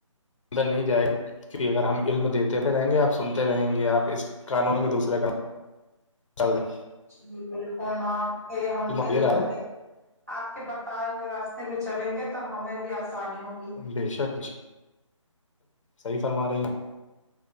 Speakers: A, on the left; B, on the right.
A: اد نہیں جائے کی اگر ہم علم دیتے رہیں گے آپ سنتے رہیں گے آپ اس قانون گے دوسرےان چلد
B: جی بالکل آپ کے ہم علم
A: دے رہا
B: سے آپ کے بتائے ہوئے راستے میں چلیں گے تو ہمیں بھی آسانی ہوگی
A: بے شک صحیح فرما رہی ہیں